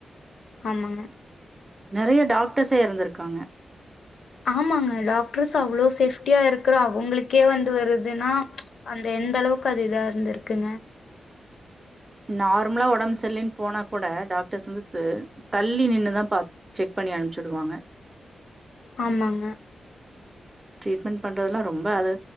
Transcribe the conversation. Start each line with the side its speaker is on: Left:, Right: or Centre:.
Left: ஆமாங்க
Right: நெறையா டாக்டர்ஸே எறந்திருக்காங்க
Left: ஆமாங்க டாக்டர்ஸ் அவ்ளோ சேஃப் சுட்டியா இருக்கிற அவுங்களுக்கே வந்து வருதுன்னா அந்த எந்த அளவுக்கு அது இதா இருந்திருக்குங்க
Right: நார்மலா ஒடம்பு சரிலேனு போனாக் கூட டாக்டர்ஸ் வந்துட்டு தள்ளி நின்னுதா பா செக் பண்ணி அனுப்ச் டுவாங்க
Left: ஆமாங்க
Right: ட்ரீட்மெண்ட் பண்றதுெல்லா ரொம்ப அது